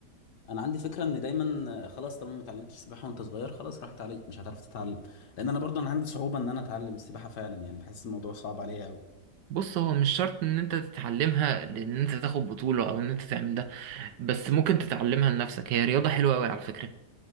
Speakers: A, on the left; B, on the right.
A: انا عندي فكره ان دايما آه، خلاص طالما ما اتعلمتش سباحه وانت صغير خلاص راحت عليك مش هتعرف تتعلم لان انا برضه انا عندي صعوبه ان انا اتعلم السباحه فعلا يعني بحس الموضوع صعب عليا قوي
B: بص هو مش شرط ان انت تتعلمها لان انت تاخد بطولة او ان انت تعمل ده بس ممكن تتعلمها لنفسك هي رياضة حلوة قوي على فكرة